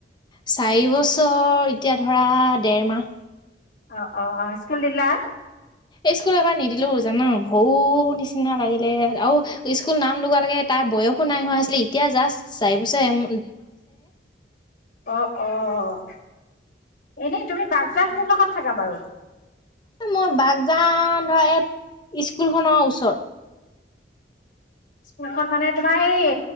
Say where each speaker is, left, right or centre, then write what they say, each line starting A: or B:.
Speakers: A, on the left; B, on the left.
A: চাৰি বছৰ এতিয়া ধৰা ডেৰ মাহ।
B: অ', অ', স্কুল দিলা?
A: এই স্কুল এবাৰ নিদিলো জান শৰু নিচিনা লাগিলে আৰু স্কুল নাম লগোৱা লগে তাত তাৰ বয়সো নাই হোৱা আছিলে এতিয়া জাষ্ট চাৰি বছৰ এম
B: অ', অ'। এনেই তুমি বাগজান কোন ডখৰত থাকা বাৰু?
A: এ মই বাগজান ধৰা এই স্কুলখনৰ ওচৰত।
B: স্কুলখন মানে, তোমাৰ সেই